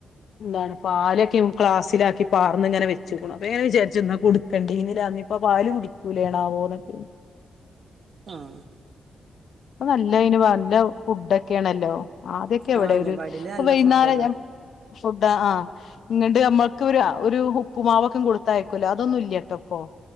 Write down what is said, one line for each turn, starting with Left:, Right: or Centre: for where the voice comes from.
Left: എന്താണ് പാലൊക്കെവും ക്ലാസ്സിലാക്കി പാർന്ന് ഇങ്ങനെ വെച്ച്ക്ക്ണ് അപ്പ ഞാൻ വിചാരിച്ചു ന്നാ കൊട് കണ്ടെന്നില്ല ഇന്നിപ്പ പാല് കുടിക്കൂലേണാവോ ന്നൊക്കെ
Right: ആഹ്
Left: ഇപ്പ നല്ല അയ്ന് നല്ല ഫുഡൊക്കെയാണല്ലോ ആദ്യൊക്കെ എവിടെ
Right: ആഹ് അംഗൻവാടിയില്
Left: ഒരു ഇപ്പൊ
Right: നല്ല
Left: വൈകുന്നേരം
Right: ഫുഡാണ്
Left: ഫുഡ് ആഹ് ഇങ്ങട്ട് ഞമ്മക്കൊരു ആ ഒരു ഉപ്പുമാവൊക്കെം കൊടുത്തയക്കൂല്ലേ അതൊന്നും ഇല്ലട്ടോ ഇപ്പോ.